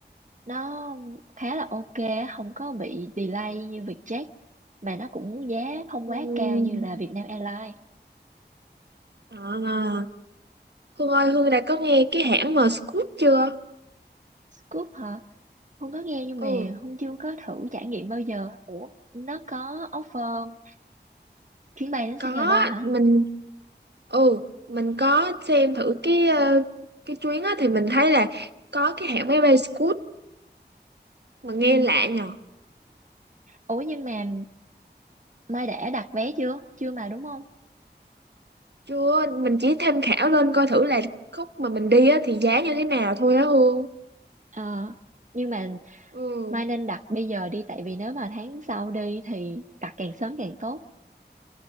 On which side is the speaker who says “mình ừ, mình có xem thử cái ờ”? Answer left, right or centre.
Right